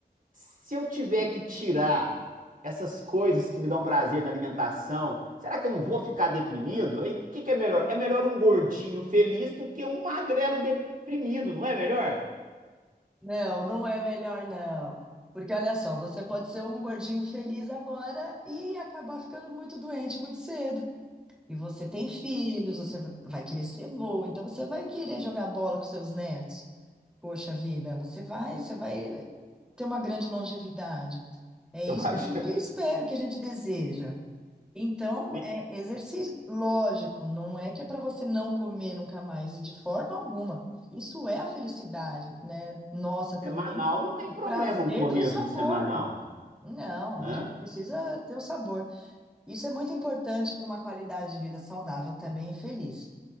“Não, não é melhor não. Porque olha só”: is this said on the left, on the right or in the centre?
Centre